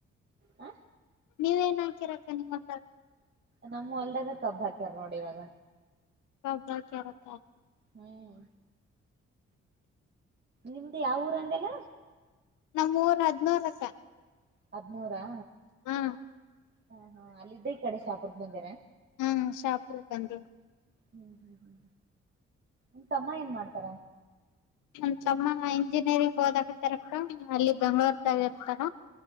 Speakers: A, on the right; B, on the left.
A: ಹ
B: ನೀವ ಏನ್ ಹಾಕಿರಕ್ಕ ನೀವೆಲ್ಲ
A: ನಮ್ಮ ಹೊಲ್ದಾಗ ಕಬ್ ಹಾಕ್ಯಾರ ನೋಡಿ ಇವಾಗ
B: ಒಬ್ಬ ಕರತ್ತ
A: ಹ್ಮ್ ನಿಮ್ದು ಯಾವ ಊರ ಅಂದಲ್ಲ
B: ನಮ್ಮೂರ್ ಹದನೂರಕ್ಕ
A: ಹದ್ನೂರಾ
B: ಹಾ
A: ಹಾ ಹಾ ಅಲ್ಲಿದ್ದೇ ಈ ಕಡೆ ಸಾಪ್ರ ಬಂದ
B: ಹ್ಮ ಶಾಪ್ ಬಂದ
A: ಹ್ಮ್ ಹ್ಮ್ ಹ ನ ತಮ್ಮ ಏನ್ ಮಾಡ್ತಾರ
B: ನಮ್ ತಮ್ಮ ಇಂಜಿನಿಯರಿಂಗ್ ಓದಕ ತರಕ ಅಲ್ಲಿ ಬೆಂಗ್ಳೂರ್ದಾಗ ಇರ್ತಾರ